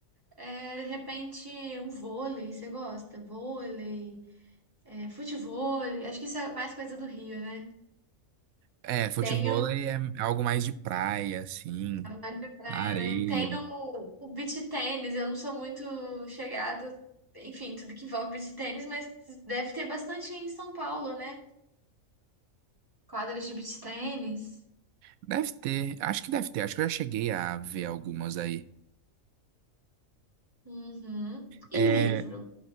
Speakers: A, on the right; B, on the right.
A: É, de repente, um vôlei, você gosta? Vôlei, é, futevôlei. Acho que isso é mais coisa do Rio, né?
B: É, futevôlei
A: Tenho.
B: é algo mais de praia, assim,
A: É mais de praia,
B: na areia.
A: né? Tem o, o beach tênis, eu não sou muito chegada, enfim, tudo que envolve beach tênis, mas deve ter bastante em São Paulo, né? Quadras de beach tênis.
B: Deve ter, acho que deve ter, acho que eu já cheguei a ver algumas aí.
A: Uhum. E
B: É,
A: livro?